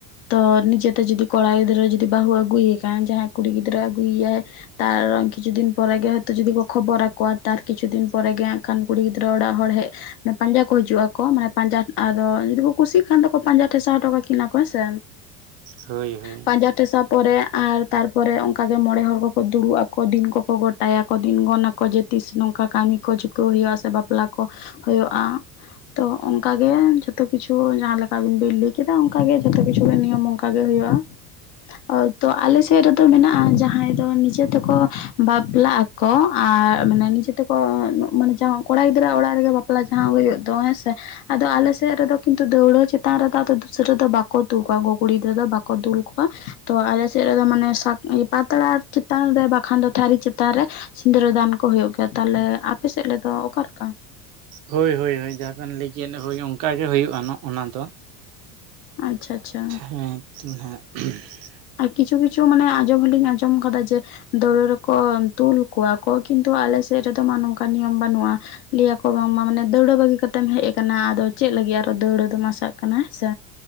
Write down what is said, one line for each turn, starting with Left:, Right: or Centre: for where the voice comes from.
Left: ᱛᱚ ᱱᱤᱡᱮᱛᱮ ᱡᱚᱫᱤ ᱠᱚᱲᱟ ᱜᱤᱫᱽᱨᱟᱹ ᱡᱚᱫᱤ ᱵᱟᱦᱩ ᱟᱜᱩᱭ ᱮᱠᱟᱱ ᱡᱟᱦᱟᱸᱭ ᱠᱩᱲᱤ ᱜᱤᱫᱽᱨᱟᱹ ᱟᱜᱩᱭ ᱭᱟᱭ ᱛᱟᱨᱚᱱ ᱠᱤᱪᱷᱩ ᱫᱤᱱ ᱯᱚᱨᱮᱜᱮ ᱦᱚᱭᱛᱚ ᱡᱩᱚᱫᱤ ᱠᱚ ᱠᱷᱚᱵᱚᱨᱟᱠᱚᱣᱟ ᱛᱟᱨ ᱠᱤᱪᱷᱩ ᱫᱤᱱ ᱯᱚᱨᱮ ᱜᱮ ᱦᱟᱸᱜᱠᱷᱟᱱ ᱠᱩᱲᱤ ᱜᱤᱫᱽᱨᱟᱹ ᱚᱲᱟᱜ ᱦᱚᱲ ᱦᱮᱡ ᱢᱟᱱᱮ ᱯᱟᱸᱡᱟ ᱠᱚ ᱦᱤᱡᱩᱜᱟ ᱠᱚ ᱢᱟᱱᱮ ᱯᱟᱸᱡᱟ ᱟᱫᱚ ᱡᱩᱫᱤ ᱠᱚ ᱠᱩᱥᱤᱜ ᱠᱷᱟᱱ ᱫᱚᱠᱚ ᱯᱟᱸᱡᱟ ᱴᱷᱮᱥᱟᱣ ᱦᱚᱴᱚ ᱠᱟᱹᱠᱤᱱᱟ ᱠᱚ ᱦᱮᱸᱥᱮ᱾
Right: ᱦᱳᱭ ᱦᱳᱭ
Left: ᱯᱟᱸᱡᱟ ᱴᱷᱮᱥᱟᱵ ᱯᱚᱨᱮ ᱟᱨ ᱛᱟᱨᱯᱚᱨᱮ ᱚᱱᱠᱟ ᱜᱮ ᱢᱚᱬᱮᱸ ᱦᱚᱲ ᱠᱚᱠᱚ ᱫᱩᱲᱩᱵ ᱟᱠᱚ ᱫᱤᱱ ᱠᱚᱠᱚ ᱜᱚᱴᱟᱭᱟᱠᱚ ᱫᱤᱱ ᱜᱚᱱ ᱟᱠᱚ ᱡᱮ ᱛᱤᱥ ᱱᱚᱝ ᱠᱟ ᱠᱟᱹᱢᱤ ᱠᱚ ᱪᱤᱠᱟᱹᱣ ᱦᱩᱭᱩᱜᱼᱟ ᱥᱮ ᱵᱟᱯᱞᱟ ᱠᱚ ᱦᱩᱭᱩᱜᱼᱟ᱾ ᱛᱚ ᱚᱱᱠᱟ ᱜᱮ ᱡᱚᱛᱚ ᱠᱤᱪᱷᱩ ᱡᱟᱦᱟᱸ ᱞᱮᱠᱟ ᱟᱵᱤᱱ ᱵᱤᱱ ᱞᱟᱹᱭ ᱠᱮᱫᱟ ᱚᱱᱠᱟ ᱜᱮ ᱡᱚᱛᱚ ᱠᱤᱪᱷᱩ ᱜᱮ ᱱᱤᱭᱚᱢ ᱚᱱ ᱠᱟ ᱜᱮ ᱦᱩᱭᱩᱜᱼᱟ ᱟᱨ ᱛᱚ ᱟᱞᱮ ᱥᱮᱫ ᱨᱮ ᱛᱚ ᱢᱮᱱᱟᱜᱼᱟ ᱡᱟᱦᱟᱸᱭ ᱫᱚ ᱱᱤᱡᱮ ᱛᱮᱠᱚ ᱵᱟᱯᱞᱟᱜ ᱟᱠᱚ ᱟᱨ ᱢᱟᱱᱮ ᱱᱤᱡᱮ ᱛᱮᱠᱚ ᱠᱚ <unintelligible> ᱢᱟᱱᱮ ᱡᱟᱦᱟᱸ ᱠᱚᱲᱟ ᱜᱤᱫᱽᱨᱟᱹ ᱟᱜ ᱚᱲᱟᱜ ᱨᱮᱜᱮ ᱵᱟᱯᱞᱟ ᱡᱟᱦᱟᱸ ᱦᱩᱭᱩᱜ ᱫᱚ, ᱦᱮᱸ ᱥᱮ, ᱟᱫᱚ ᱟᱞᱮ ᱥᱮᱫ ᱨᱮᱫᱚ ᱠᱤᱱᱛᱩ ᱫᱟᱹᱣᱲᱟᱹ ᱪᱮᱛᱟᱱ ᱨᱮᱫᱚ ᱟᱫᱚ ᱫᱩᱥᱨᱟᱹ ᱫᱚ ᱵᱟᱠᱚ ᱫᱩᱞ ᱠᱚᱣᱟ ᱩᱱᱠᱩ ᱠᱩᱲᱤ ᱜᱤᱫᱽᱨᱟᱹ ᱫᱚ ᱵᱟᱠᱚ ᱫᱩᱞ ᱠᱚᱣᱟ᱾ ᱛᱚ ᱟᱞᱮᱥᱮᱜ ᱨᱮᱫᱚ ᱢᱟᱱᱮ ᱥᱟᱠ ᱯᱟᱛᱲᱟ ᱪᱮᱛᱟᱱ ᱨᱮ ᱵᱟᱠᱷᱟᱱ ᱫᱚ ᱛᱷᱟᱹᱨᱤ ᱪᱮᱛᱟᱱ ᱨᱮ, ᱥᱤᱸᱫᱽᱨᱟᱹ ᱫᱟᱱ ᱠᱚ ᱦᱩᱭᱩᱜ ᱜᱮᱭᱟ ᱛᱟᱦᱚᱞᱮ ᱟᱯᱮ ᱥᱮᱫ ᱨᱮᱫᱚ ᱚᱠᱟᱞᱮᱠᱟ?
Right: ᱦᱳᱭ, ᱦᱳᱭ, ᱦᱳᱭ, ᱡᱟᱦᱟᱸ ᱵᱮᱱ ᱞᱟᱹᱭᱠᱮᱜᱼᱟ ᱦᱳᱭ ᱚᱝᱠᱟᱜᱮ ᱦᱩᱭᱩᱜᱼᱟ ᱱᱚᱜᱼᱱᱟ ᱫᱚ,
Left: ᱟᱪᱪᱷᱟ ᱟᱪᱪᱷᱟ
Right: ᱦᱮᱸ, <unintelligible>
Left: ᱟᱨ ᱠᱤᱪᱷᱩ ᱠᱤᱪᱷᱩ ᱢᱟᱱᱮ ᱟᱸᱡᱚᱢ ᱦᱚᱸᱞᱤᱧ ᱟᱸᱡᱚᱢ ᱟᱠᱟᱫᱟ ᱡᱮ ᱫᱟᱹᱣᱲᱟᱹ ᱨᱮ ᱠᱚ ᱛᱩᱞ ᱠᱚᱣᱟ ᱠᱚ ᱠᱤᱱᱛᱩ ᱟᱞᱮ ᱥᱮᱫ ᱨᱮᱫᱚ ᱢᱟ ᱱᱚᱝᱠᱟ ᱱᱤᱭᱚᱢ ᱵᱟᱹᱱᱩᱜᱼᱟ᱾ ᱞᱟᱹᱭ ᱟᱠᱚ ᱵᱟᱝᱢᱟ ᱢᱟᱱᱮ ᱫᱟᱹᱣᱲᱟᱹ ᱵᱟᱹᱜᱤ ᱠᱟᱛᱮᱢ ᱦᱮᱜ ᱟᱠᱟᱱᱟ ᱟᱫᱚ ᱪᱮᱫ ᱞᱟᱹᱜᱤᱫ ᱟᱨ ᱫᱟᱹᱣᱲᱟᱹ ᱫᱚᱢ ᱟᱥᱟᱜ ᱠᱟᱱᱟ ᱦᱮᱸᱥᱮ᱾